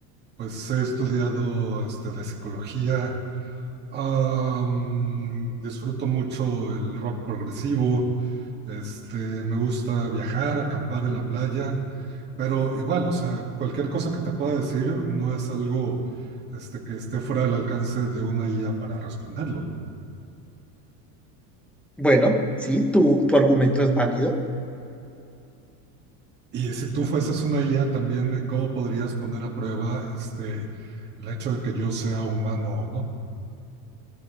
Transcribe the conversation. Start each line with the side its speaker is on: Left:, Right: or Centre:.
Right: pues he estudiado este, de psicología, am, disfruto mucho el rock progresivo, este, me gusta viajar, acampar en la playa, pero igual, o sea, cualquier cosa que te pueda decir no es algo este, que esté fuera del alcance de una IA para responderlo.
Centre: Bueno, sí, tu, tu argumento es válido.
Right: Y si tú fueses una IA también, ¿cómo podrías poner a prueba este, el hecho de que yo sea humano o no?